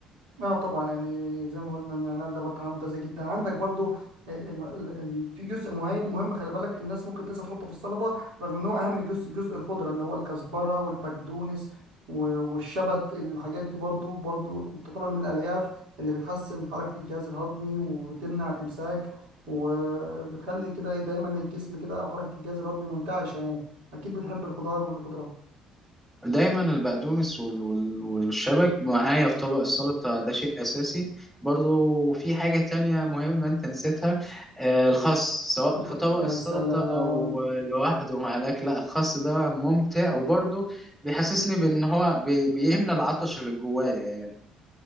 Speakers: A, on the right; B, in the centre.
A: اه طبعا يعني زي ما قلنا ان انا ده برضه حاجه ممتازه جدا عندك برضه آه، ال- ال- ال- في جزء مهم مهم خلي بالك الناس ممكن تنسى تحطه في السلطه رغم ان هو اهم جزء جزء الخضره اللي هو الكزبره والبقدونس و- والشبت الحاجات دي برضه برضه تعتبر من الالياف اللي بتحسن حركه الجهاز الهضمي وبتمنع الامساك وبتخلي كده دايما الجسم كده او حركه الجهاز الهضمي منتعشه يعني اكيد بتحب الخضار والخضره
B: دايما البقدونس وال- وال- والشبك معايا في طبق السلطة ده شيء أساسي برضو في حاجة تانية مهمة أنت نسيتها آه، الخس سواء
A: الخ...
B: في طبق
A: يا
B: السلطة
A: سلام
B: أو آه، لوحده مع الأكل لا الخس ده ممتع وبرضو بيحسسني بأن هو بي- بيملى العطش اللي جوايا يعني